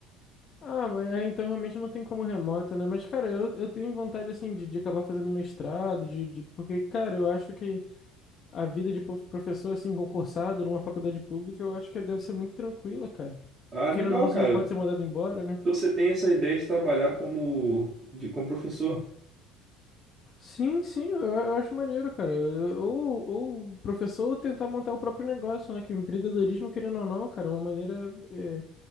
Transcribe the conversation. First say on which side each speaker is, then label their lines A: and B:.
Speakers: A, on the left; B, on the right.
A: Ah, mas é, então realmente não tem como remoto, né? Mas, cara, eu, eu tenho vontade, assim, de, de acabar fazendo um mestrado, de, de... Porque, cara, eu acho que a vida de prof- professor, assim, concursado numa faculdade pública, eu acho que deve ser muito tranquila, cara.
B: Ah,
A: Porque,
B: legal,
A: querendo ou não, você
B: cara.
A: não pode ser mandado embora, né?
B: Você tem essa ideia de trabalhar como, de, como professor?
A: Sim, sim, eu, eu acho maneiro, cara. Eu- Ou, ou o professor tentar montar o próprio negócio, né? Que o empreendedorismo, querendo ou não, cara, é uma maneira é,